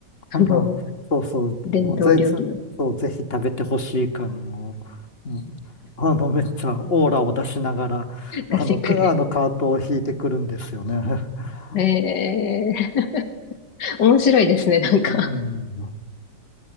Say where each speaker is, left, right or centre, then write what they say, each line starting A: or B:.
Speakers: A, on the left; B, on the left.
A: その、
B: あの、そうそう。
A: 伝統料理を
B: もうぜ、ずそう、ぜひ食べてほしい感を、もうあの、めっちゃオーラを出しながら、
A: 出してくる。
B: あの、かあのカートを引いてくるんですよね。<laughs>
A: ええ、面白いですね、なんか。
B: うん。